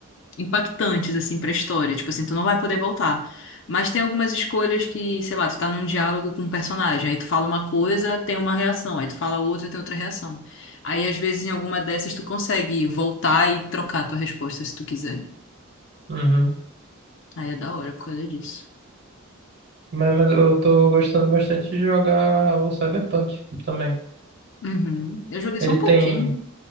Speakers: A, on the left; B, on the right.
A: impactantes, assim, pra história. Tipo assim, tu não vai poder voltar. Mas tem algumas escolhas que, sei lá, tu tá num diálogo com um personagem, aí tu fala uma coisa, tem uma reação, aí tu fala outra, tem outra reação. Aí, às vezes, em alguma dessas, tu consegue voltar e trocar a tua resposta se tu quiser.
B: Uhum.
A: Aí é da hora por causa disso.
B: Mas, mas eu tô gostando bastante de jogar o Cyberpunk também.
A: Uhum. Eu joguei
B: Ele
A: só um pouquinho.
B: tem,